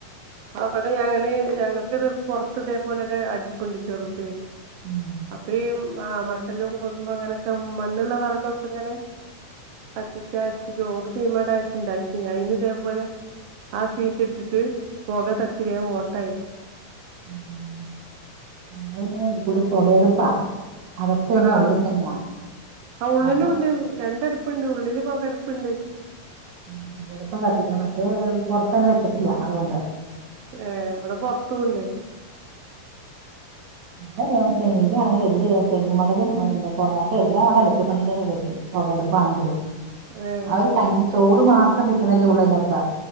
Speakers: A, on the right; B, on the right.
A: അവിടെ ഞങ്ങന് ഞങ്ങക്ക് ഇത് പൊറത്ത് ഇതേപോലെ ഒരു അട്പ്പ്ണ്ട് ചെറുതെ
B: ഉം
A: അപ്പ ഈ ആ മട്ടലും കൊതുമ്പും അങ്ങനൊക്കെ മണ്ണ്ള്ള വെറകൊക്കെ പ്പങ്ങനെ കത്തിച്ച ച്ച് ചോറ് തീമട ച്ച് ണ്ടാക്കി അതിന് ഇതേപോലെ ആ സീറ്റ് ഇട്ടിട്ട് പൊക തട്ടി വേം ഓട്ടായിണ്
B: ആ ഞങ്ങള് പിന്നെ ഇത് കൂടി പൊകടുപ്പാ അതൊക്കെ തന്നെ
A: ആഹ്
B: ഉള്ളിൽ തന്ന്യ
A: ആ ഉള്ളിലും
B: അപ്പൊ
A: ഉണ്ട് രണ്ടടുപ്പുണ്ട് ഉള്ളില് പൊകടുപ്പുണ്ട്
B: ആ പൊകട്പ്പ കത്തിക്ക്ന്നെ മ <unintelligible> പൊറത്തെന്നെ വെച്ചിട്ടില്ല അതോണ്ട്
A: ഏ ഇവിടെ പൊറ്ത്തുണ്ട്
B: <unintelligible> തെങ്ങിന്റെ ആണെങ്കിലും എന്തെ തെങ്മടലും <unintelligible> എല്ലാം കൂടെ അടുപ്പിക്കൊണ്ട വെക്കും അടുപ്പാണെങ്കിലും
A: ഏഹ്
B: ആ ഒരു കഞ്ഞി ചോറ് മാത്രം വെക്ക്ണല്ലേ ഉള്ളൂ ഇതിനാത്ത്